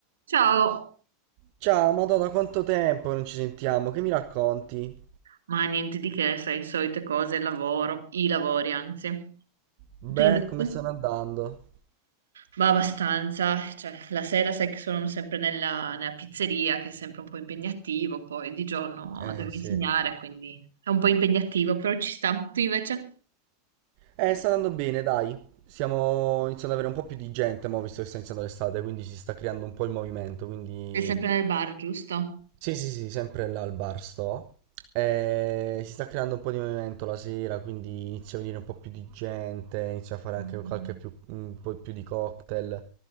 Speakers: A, on the right (about 65°); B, on the right (about 45°).
A: Ciao,
B: Ciao, Madonna, quanto tempo che non ci sentiamo, che mi racconti?
A: ma niente di che, sai, solite cose, lavoro, i lavori anzi.
B: Beh,
A: Tu invece?
B: come stanno andando?
A: Va abbastanza, cioè la sera sai che sono sempre nella, nella pizzeria, che è sempre un po' impegnativo, poi di giorno
B: Eh,
A: devo
B: sì.
A: insegnare, quindi è un po' impegnativo, però ci sta. Tu invece?
B: Eh, sta andando bene, dai. Stiamo iniziando ad avere un po' più di gente, ma visto che sta iniziando l'estate, quindi si sta creando un po' il movimento, quindi...
A: Sei sempre nel bar, giusto?
B: Sì, sì, sì, sempre là al bar sto. Eh, si sta creando un po' di movimento la sera, quindi inizia a venire un po' più di gente, inizia a fare
A: Mm.
B: anche qualche più, un po' più di cocktail.